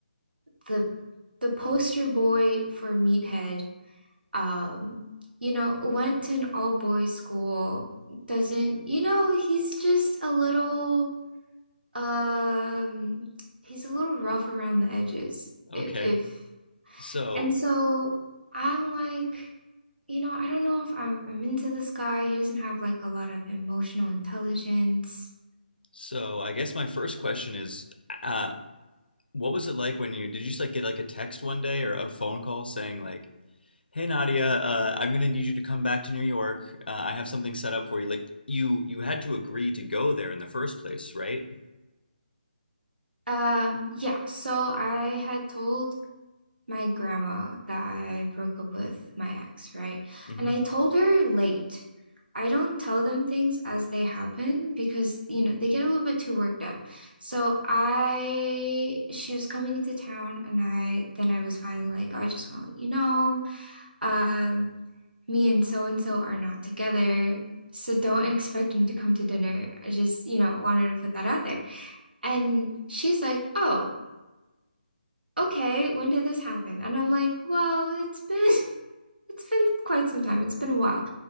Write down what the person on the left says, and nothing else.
Okay.
So,
so I guess my first question is, uh, what was it like when you did you just like get like a text one day or a phone call saying like, "Hey Nadia, uh, I'm gonna need you to come back to New York. Uh, I have something set up for you." Like you you had to agree to go there in the first place, right?
Mm-hmm.